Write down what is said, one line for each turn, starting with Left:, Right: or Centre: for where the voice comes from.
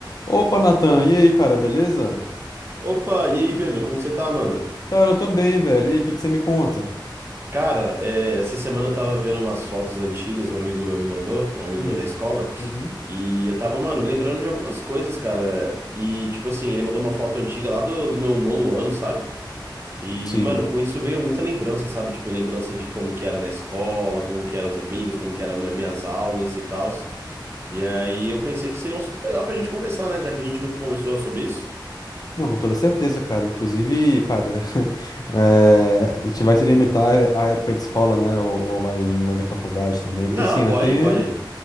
Left: Opa, Natan, e aí, cara, beleza?
Right: Opa, e aí, Pedro, como que você tá, mano?
Left: Cara, eu tô bem, velho. E aí, o que que você me conta?
Right: Cara, é, essa semana eu tava vendo umas fotos antigas, um amigo meu me mandou, um amigo
Left: Hum,
Right: meu da escola,
Left: uhum,
Right: e eu tava, mano, lembrando de algumas coisas, cara. E, tipo assim, ele mandou uma foto antiga lá do, do meu nono ano, sabe? E,
Left: sim.
Right: mano, com isso veio muita lembrança, sabe? Tipo, lembrança de como que era na escola, como que eram os amigos, como que eram minha- minhas aulas e tal. E aí eu pensei que seria um assunto legal pra gente conversar, né? Já que a gente nunca conversou sobre isso.
Left: Não, com toda certeza, cara. Inclusive, cara, <laughs> eh, a gente vai se limitar à época de escola, né? Ou, ou vai envolver faculdade também. Porque,
Right: Não,
Left: assim, eu
Right: pode,
Left: tenho.
Right: pode.